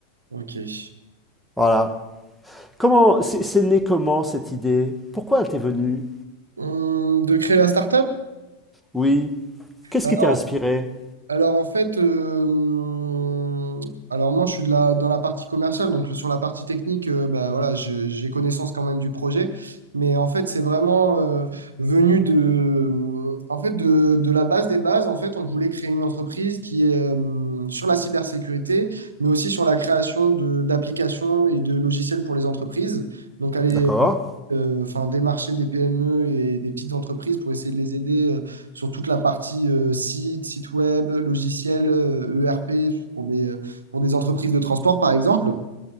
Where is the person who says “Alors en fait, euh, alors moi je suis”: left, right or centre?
Right